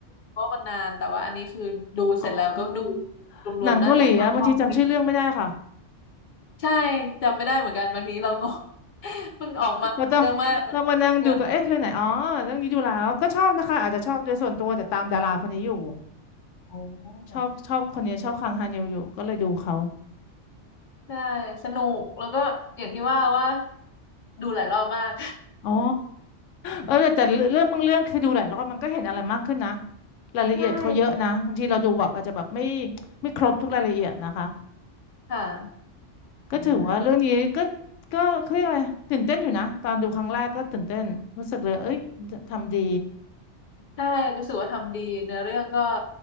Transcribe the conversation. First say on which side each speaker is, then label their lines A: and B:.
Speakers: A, on the left; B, on the left.
A: เพราะมันนานแต่ว่าอันนี้คือดูเสร็จแล้วก็ดู
B: อ๋อ
A: รวมๆน่าจะห้ารอบ
B: หนังเกาหลีอะบางทีจำชื่อเรื่องไม่ได้ค่ะ
A: ใช่จำไม่ได้เหมือนกันบางทีเรางง <laughs> มันออกมาเยอะมาก
B: ก็ต้องต้องมานั่งดูก็เอ๊ะเรื่องไหนอ๋อเรื่องนี้ดูแล้วก็ชอบนะคะอาจจะชอบโดยส่วนตัวแต่ตามดาราคนนี้อยู่
A: เยอะโอ๋
B: ชอบชอบคนนี้ชอบคังฮานิวอยู่ก็เลยดูเขา
A: ใช่สนุกแล้วก็อย่างที่ว่าว่าดูหลายรอบมาก
B: อ๋อ เออแต่แต่เรื่องบางเรื่องคือดูหลายรอบมันก็เห็นอะไรมากขึ้นนะ
A: <laughs>
B: รายละเอียดเขาเยอะนะบางทีเราดูแบบอาจจะแบบไม่
A: ใช่
B: ไม่ครบทุกรายละเอียดนะคะ
A: ค่ะ
B: ก็ถือว่าเรื่องนี้ก็
A: อืม
B: ก็เขาเรียกอะไรตื่นเต้นอยู่นะตอนดูครั้งแรกก็ตื่นเต้นรู้สึกเลยเอ้ยทำดี
A: ใช่รู้สึกว่าทำดีเนื้อเรื่องก็